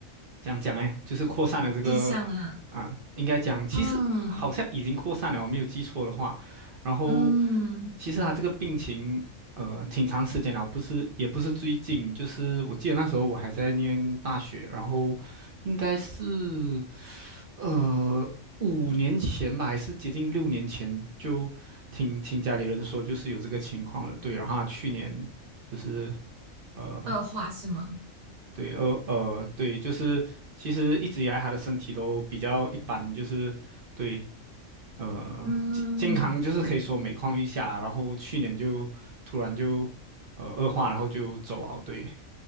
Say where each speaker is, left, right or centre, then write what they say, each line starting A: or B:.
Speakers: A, on the right; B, on the right.
A: 讲讲哎，就是扩散的这个
B: 迹象啦，
A: 啊，应该讲其实好像已经扩散了，
B: 嗯
A: 我没有记错的话。然后
B: 嗯，
A: 其实他这个病情呃挺长时间了，不是也不是最近，就是我记得那时候我还在念大学，然后应该是。呃，五年前吧，还是接近六年前，就听听家里人说，就是有这个情况了。对，然后他去年就是呃，
B: 恶化是吗？
A: 对，呃呃，对，就是其实一直以来他的身体都比较一般，就是对，呃，
B: 嗯
A: 健健康就是可以说每况愈下，然后去年就突然就呃恶化，然后就走啊，对。